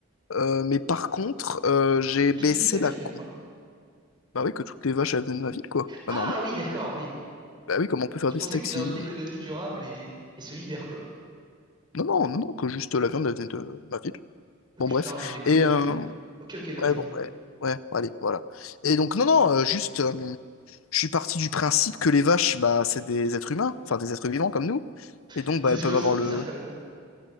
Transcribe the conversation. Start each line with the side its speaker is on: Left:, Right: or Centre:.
Left: Euh, mais par contre, euh, j'ai baissé
Right: Tout venait de ta ville,
Left: la con.
Right: pardon?
Left: Bah oui, que toutes les vaches, elles venaient de ma ville, quoi. Pas
Right: Ah
Left: normal.
Right: oui, d'accord, oui.
Left: Bah oui, comment on peut faire
Right: Tu
Left: des
Right: pensais
Left: steaks
Right: que t'étais
Left: si...
Right: dans une économie durable et, et solidaire, quoi.
Left: Non, non, non, non, que juste la viande, elle venait de ma ville.
Right: Ok,
Left: Bon, bref.
Right: c'était un- une économie
Left: Et,
Right: un
Left: euh,
Right: peu. Ok, ok, non,
Left: ouais,
Right: mais je vois.
Left: bon, ouais, ouais, allez, voilà. Et donc, non, non, euh, juste... euh, je suis parti du principe que les vaches, bah, c'est des êtres humains, enfin des êtres vivants comme nous, et donc
Right: Des
Left: bah, elles
Right: esquimaux,
Left: peuvent
Right: ce
Left: avoir
Right: serait
Left: le...
Right: bizarre quand même. hein.